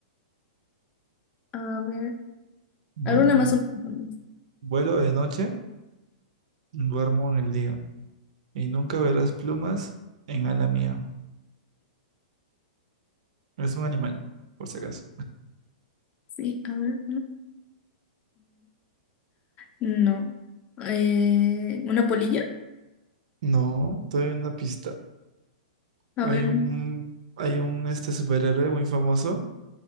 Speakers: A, on the left (about 25°); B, on the right (about 55°).
A: A ver.
B: Vuelo
A: A ver una más.
B: de,
A: una más.
B: vuelo de noche, duermo en el día. Y nunca verás plumas en ala mía. Es un animal, por si acaso.
A: Sí, a ver. No. Eh, ¿una polilla?
B: No, todavía hay una pista.
A: A
B: Hay
A: ver.
B: un, hay un este superhéroe muy famoso